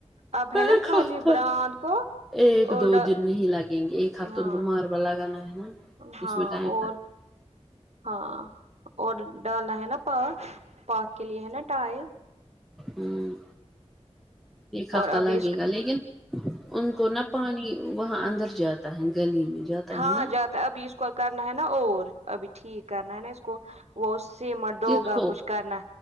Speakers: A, on the right; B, in the centre.
A: اب ہے
B: ایک
A: نا خالی
B: ہفتہ
A: براند کو
B: ایک
A: اور
B: دو دن نہیں لگیں گے ایک ہفتہ
A: ہاں
B: ان کو مابل لگانا ہے نا
A: ہاں
B: اس میں ٹائم
A: اور
B: لگتا
A: ہاں اور ڈالنا ہے نا پات پات کے لیے ہے نا ٹائل
B: امم ایک
A: اور
B: ہفتہ
A: ابھی
B: لگے
A: اس
B: گا لیکن ان کو نہ پانی وہاں اندر جاتا ہے گلی میں جاتا
A: ہاں
B: ہے نا
A: جاتا ابھی اس کو کرنا ہے نا اور ابھی ٹھیک کرنا ہے نا اس کو وہ سی مر دو
B: کس
A: گا
B: کو
A: کچھ کرنا